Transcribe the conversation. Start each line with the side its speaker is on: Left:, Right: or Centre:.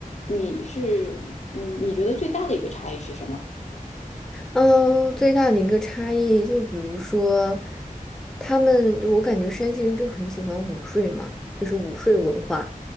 Left: 你是，嗯，你觉得最大的一个差异是什么？
Centre: 嗯，最大的一个差异，就比如说，他们我感觉山西人就很喜欢午睡嘛，就是午睡文化。